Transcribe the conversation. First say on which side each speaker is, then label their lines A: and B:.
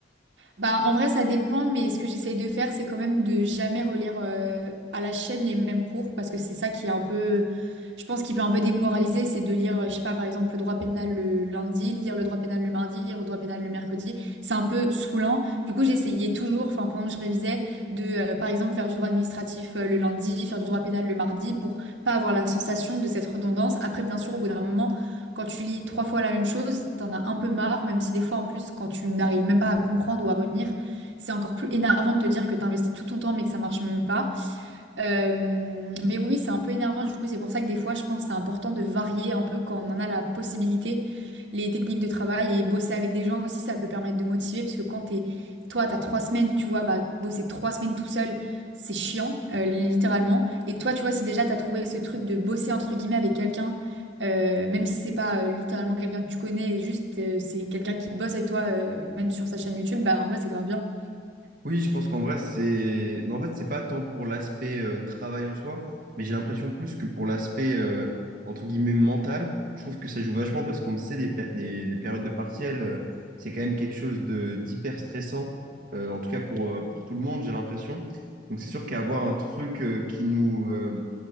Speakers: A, on the right; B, on the right.
A: Bah, en vrai, ça dépend, mais ce que j'essaye de faire, c'est quand même de jamais relire euh, à la chaîne les mêmes cours, parce que c'est ça qui est un peu, je pense, qui peut un peu démoraliser, c'est de lire, euh, je sais pas, par exemple, le droit pénal le lundi, lire le droit pénal le mardi, lire le droit pénal le mercredi. C'est un peu saoulant. Du coup, j'essayais toujours, enfin, pendant que je révisais, de, euh, par exemple, faire du droit administratif euh, le lundi, faire du droit pénal le mardi, pour pas avoir la sensation de cette redondance. Après, bien sûr, au bout d'un moment, quand tu lis trois fois la même chose, t'en as un peu marre, même si des fois en plus, quand tu n'arrives même pas à comprendre ou à retenir, c'est encore plus énervant de te dire que t'as investi tout ton temps mais que ça marche même pas. Euh, mais oui, c'est un peu énervant, du coup, c'est pour ça que des fois, je pense que c'est important de varier un peu quand on en a la possibilité, les techniques de travail et bosser avec des gens aussi, ça peut permettre de motiver, parce que quand t'es, toi, t'as trois semaines, tu vois, bah, bosser trois semaines tout seul, c'est chiant, euh, littéralement. Et toi, tu vois, si déjà t'as trouvé ce truc de bosser, entre guillemets, avec quelqu'un, euh, même si c'est pas euh, littéralement quelqu'un que tu connais, juste euh, c'est quelqu'un qui bosse avec toi, euh, même sur sa chaîne YouTube, bah, en vrai, c'est grave bien.
B: Oui, je pense qu'en vrai, c'est. Mais en fait, c'est pas tant pour l'aspect euh, travail en soi, mais j'ai l'impression plus que pour l'aspect, euh, entre guillemets, mental. Je trouve que ça joue vachement parce qu'on le sait, les, pé- les- les périodes de partiel, euh, c'est quand même quelque chose de d'hyper stressant, euh, en tout cas pour, euh, pour tout le monde, j'ai l'impression. Donc, c'est sûr qu'avoir un truc euh, qui nous, euh,